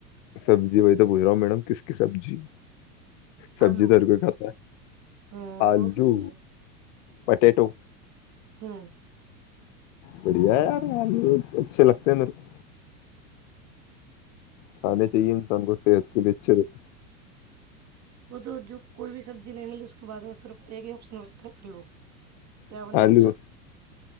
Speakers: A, on the left; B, on the right.
A: سبزی بیائی تووچ رہا ہ میڈم کس سبزی سبزی
B: آلو
A: تو ہر کوئی کھاتا ہے
B: ہوں
A: آلو
B: وہ تو صحیح ہے
A: بٹےٹو
B: ہوں
A: بڑھیا ہے اچھے لگتے ہیں میرے کو کھانے چاہیے انسان کو صحت کے لیے اچھے رہتے
B: وہ تو جو کوئی بھی سبزی نہیں مل اس کے بعد سر ایک ہی آپر نمسبو ہو
A: ہیں
B: نہیں
A: آلو
B: آل